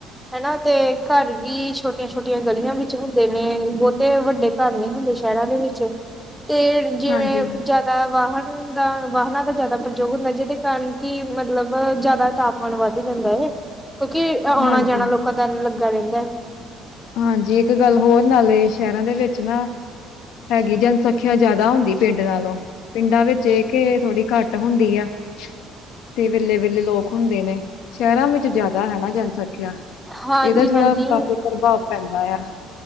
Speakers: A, in the centre; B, on the left (about 80°).
A: ਹਨਾ ਤੇ ਘਰ ਵੀ ਛੋਟੀਆਂ- ਛੋਟੀਆਂ ਗਲੀਆਂ ਵਿੱਚ ਹੁੰਦੇ ਨੇ ਬਹੁਤੇ ਵੱਡੇ ਘਰ ਨਹੀਂ ਹੁੰਦੇ ਸ਼ਹਿਰਾਂ ਦੇ ਵਿੱਚ ਤੇ ਜਿਵੇਂ
B: ਹਾਂਜੀ
A: ਜ਼ਿਆਦਾ ਵਾਹਨ ਦਾ ਵਾਹਨਾਂ ਦਾ ਜ਼ਿਆਦਾ ਪ੍ਰਯੋਗ ਹੁੰਦਾ ਜਿਹਦੇ ਕਾਰਨ ਕਿ ਮਤਲਬ ਜ਼ਿਆਦਾ ਤਾਪਮਾਨ ਵੱਧ ਜਾਂਦਾ ਹੈ ਕਿਉਂਕਿ ਔਣਾ
B: ਹਾਂਜੀ
A: ਜਾਣਾ ਲੋਕਾਂ ਦਾ ਲੱਗਾ ਰਹਿੰਦਾ।
B: ਹਾਂਜੀ ਇੱਕ ਗੱਲ ਹੋਰ ਨਾਲੇ ਸ਼ਹਿਰਾਂ ਦੇ ਵਿੱਚ ਨਾ, ਹੈਗੀ ਜਨਸੰਖਿਆ ਜਿਆਦਾ ਹੁੰਦੀ ਪਿੰਡ ਨਾਲੋਂ ਪਿੰਡਾਂ ਵਿੱਚ ਇਹ ਕਿ ਥੋੜ੍ਹੀ ਘੱਟ ਹੁੰਦੀ ਆ। ਤੇ ਵਿਰਲੇ ਵਿਰਲੇ ਲੋਕ ਹੁੰਦੇ ਨੇ ਸ਼ਹਿਰਾਂ ਵਿੱਚ ਜ਼ਿਆਦਾ ਹੈ ਨਾ ਜਨਸੰਖਿਆ।
A: ਹਾਂਜੀ
B: ਇਹਦਾ
A: ਹਾਂਜੀ
B: ਥੋੜਾ ਕਾਫੀ ਪ੍ਰਭਾਵ ਪੈਂਦਾ ਆ।